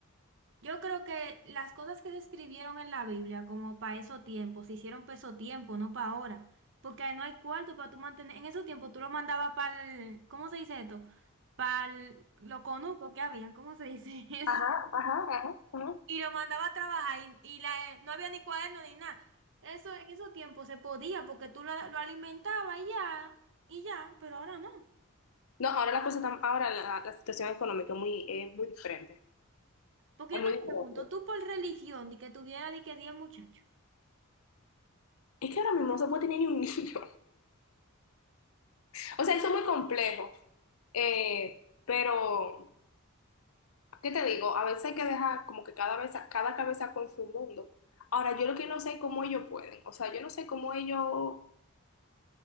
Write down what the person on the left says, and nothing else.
Ajá, ajá, ajá, ajá.
No, ahora la cosa está- ahora la, la situación económica es muy, es muy diferente.
Es
muy
diferente.
Es que ahora mismo no se puede tener ni un niño. <laughs> O sea, eso es muy complejo. Eh, pero, ¿qué te digo? A veces hay que dejar como que cada vez, cada cabeza con su mundo. Ahora, yo lo que no sé es cómo ellos pueden. O sea, yo no sé cómo ellos